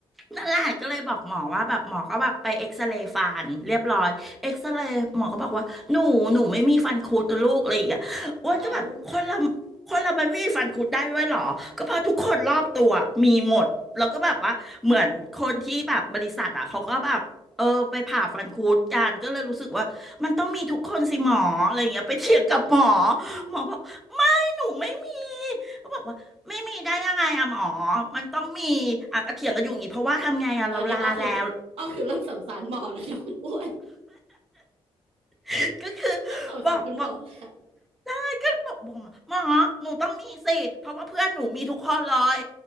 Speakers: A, in the centre; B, on the right.
A: นั่นแหละก็เลยบอกหมอว่าแบบหมอก็แบบไปเอ็กซเรย์ฟันเรียบร้อยเอ็กซเรย์หมอก็บอกว่าหนูหนูไม่มีฟันคุดนะลูกอะไรอย่างเงี้ยอ้วนก็แบบคนเรา
B: เอา
A: คนเรามันไม่มีฟันคุดได้ด้วยเหรอ ก็เพราะทุกคนรอบตัวมีหมด แล้วก็แบบว่าเหมือนคนที่แบบบริษัทอ่ะเขาก็แบบเออไปผ่าฟันคุดกันก็เลยรู้สึกว่ามันต้องมีทุกคนสิหมออะไรอย่างเงี้ยไปเถียงกับหมอ
B: อืม
A: หมอบอกไม่หนูไม่มีก็บอกว่า ไม่มีได้ยังไงอะหมอมันต้องมีอะกระเถียงกันอยู่อย่างนี้เพราะว่าทำไงอะเราลาแล้ว
B: ตอนนี้อ้อคืออ้อคือเริ่มสงสารหมอแล้วนะคุณอ้วน <laughs>
A: <coughs> ก็คือ
B: เริ่มสงสารคุณหมอ้ว
A: บอกบอกได้ก็บอกบอกหมอหมอหนูต้องมีสิเพราะว่าเพื่อนหนูมีทุกคนเลย